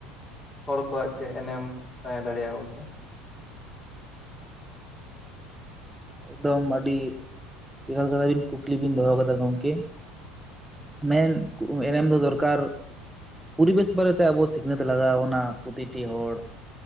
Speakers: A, on the left; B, in the centre.
A: ᱦᱚᱲ ᱠᱚᱣᱟᱜ ᱪᱮᱫ ᱮᱱᱮᱢ ᱛᱟᱦᱮᱸ ᱫᱟᱲᱮᱭᱟᱜ ᱜᱚᱝᱠᱮ?
B: ᱮᱠᱫᱚᱢ ᱟᱹᱰᱤ <unintelligible> ᱠᱩᱠᱞᱤ ᱵᱤᱱ ᱫᱚᱦᱚ ᱠᱟᱫᱟ ᱜᱚᱝᱠᱮ᱾ ᱢᱮᱱ ᱮᱱᱮᱢ ᱫᱚ ᱫᱚᱨᱠᱟᱨᱼᱼ ᱯᱩᱨᱤᱵᱮᱥ ᱵᱟᱨᱮᱛᱮ ᱟᱵᱚ ᱥᱤᱠᱷᱱᱟᱹᱛ ᱞᱟᱜᱟᱣ ᱵᱚᱱᱟ ᱯᱩᱛᱤᱴᱤ ᱦᱚᱲ᱾